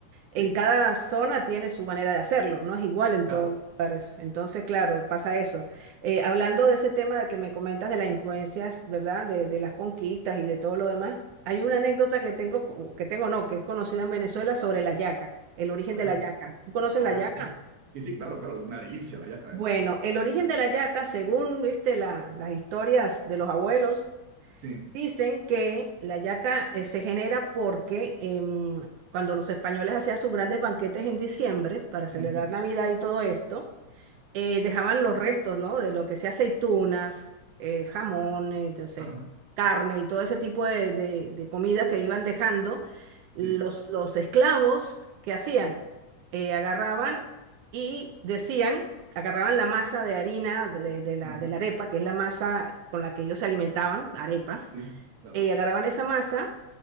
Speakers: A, on the right; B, on the right.
A: En
B: Sí,
A: cada zona tiene su manera de hacerlo, no es igual en
B: claro.
A: todos los lugares. Entonces, claro, pasa eso. Eh, hablando de ese tema de que me comentas de las influencias, ¿verdad? De, de las conquistas y de todo lo demás, hay una anécdota que tengo, co- que tengo no, que es conocida en Venezuela sobre la yaca, el origen
B: Ajá.
A: de la yaca. ¿Tú conoces
B: A
A: la
B: ver,
A: yaca?
B: ¿cómo es? Sí, sí, claro, claro. Una delicia la yaca, además.
A: Bueno, el origen de la yaca, según viste la- las historias de los abuelos,
B: Sí.
A: dicen que la yaca eh, se genera porque em, cuando los españoles hacían sus grandes banquetes en diciembre para celebrar
B: Ujú.
A: Navidad y todo esto, eh, dejaban los restos, ¿no? De lo que sea aceitunas, eh, jamón, eh, yo sé,
B: Ajá.
A: carne y todo ese tipo de, de, de comidas que iban dejando,
B: Sí.
A: los, los esclavos, ¿qué hacían? Eh, agarraban y decían, agarraban la masa de harina de, de la,
B: Ajá.
A: de la arepa, que es la masa con la que ellos se alimentaban, arepas,
B: Sí, claro.
A: eh, agarraban esa masa